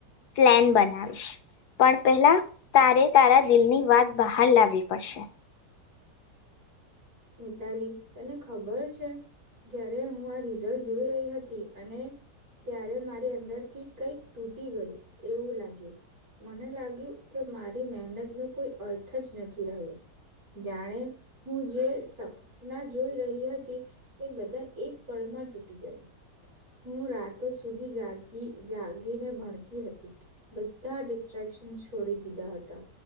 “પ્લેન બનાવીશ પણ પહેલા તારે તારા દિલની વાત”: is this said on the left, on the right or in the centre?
Left